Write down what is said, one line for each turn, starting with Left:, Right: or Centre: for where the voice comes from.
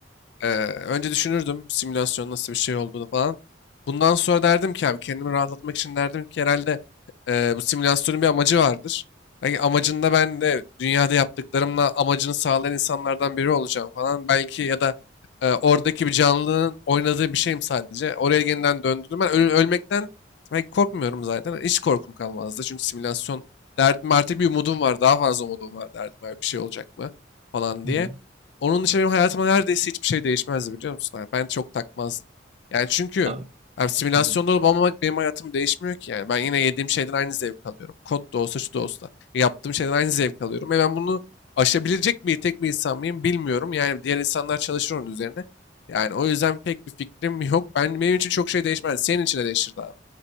Left: Ee, önce düşünürdüm simülasyon nasıl bir şey olduğunu falan. Bundan sonra derdim ki abi kendimi rahatlatmak için derdim ki herhalde e, bu simülasyonun bir amacı vardır. Belki amacında ben de dünyada yaptıklarımla amacını sağlayan insanlardan biri olacağım falan. Belki ya da e, oradaki bir canlının oynadığı bir şeyim sadece. Oraya yeniden döndürdüm. Ben öl- ölmekten belki korkmuyorum zaten. Hiç korkum kalmazdı. Çünkü simülasyon derdim artık bir umudum var. Daha fazla umudum var derdim. Böyle bir şey olacak mı falan
Right: Hı
Left: diye.
Right: hı.
Left: Onun dışında benim hayatımda neredeyse hiçbir şey değişmezdi biliyor musun? abi? ben çok takmazdım. Yani çünkü
Right: Abi,
Left: abi simülasyonda
Right: Hı. hı.
Left: olup olmamak benim hayatımı değişmiyor ki yani. Ben yine yediğim şeyden aynı zevk alıyorum. Kod da olsa şu da olsa. Yaptığım şeyden aynı zevk alıyorum. Ve ben bunu aşabilecek bir tek bir insan mıyım bilmiyorum. Yani diğer insanlar çalışır onun üzerine. Yani o yüzden pek bir fikrim yok. Ben, benim için çok şey değişmez. Senin için de değişirdi abi.